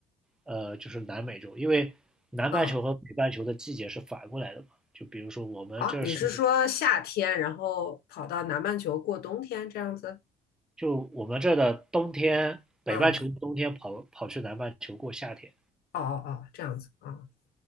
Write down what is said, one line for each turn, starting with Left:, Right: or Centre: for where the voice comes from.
Centre: 呃，就是南美洲，因为南半球和北半球的季节是反过来的嘛。
Left: 嗯，
Centre: 就比如说我们这是，
Left: 啊，你是说夏天，然后跑到南半球过冬天这样子？
Centre: 就我们这的冬天，北半球的冬天跑跑去南半球过夏天，
Left: 嗯，哦哦哦，这样子啊。